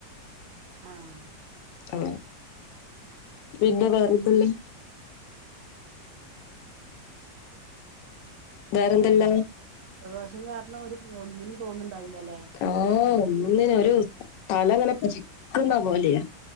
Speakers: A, on the right (about 70°); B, on the left (about 85°).
A: ആഹ്
B: അങ്ങനെ പിന്നെ വേറെന്തുള്ളേ വേറെന്തല്ല
A: ജല ജലദോഷം കാരണം ഒരു ഒന്നിനും തോന്നുന്നുണ്ടാവില്ല അല്ലെ
B: ആഹ് ഒന്നിനെ ഒരു തല
A: ആഹ്
B: ഇങ്ങനെ ചിക്കുന്ന പോലെയാ